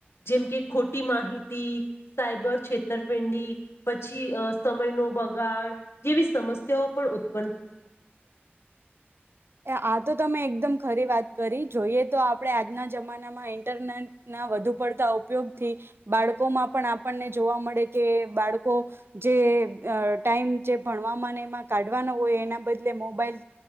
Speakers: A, on the left; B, on the right.
A: જેમ કે ખોટી માહિતી સાયબર ક્ષે ઉતરપિંડી પછી અ સમય ન બગાડ જેવી સમસ્યાઓ પણ ઉ
B: આ તો તમે એકદમ ખરી વાત કરી જોઈએ તો આપણે આજના જમાનામાં ઇન્ટરનેટના વધુ પડતા ઉપયોગથી બાળકોમાં પણ આપણને જોવા મળે કે બાળકો જે ટાઈમ જે ભણવામાં એમાં કાઢવાનો એના બદલે મોબાઈલ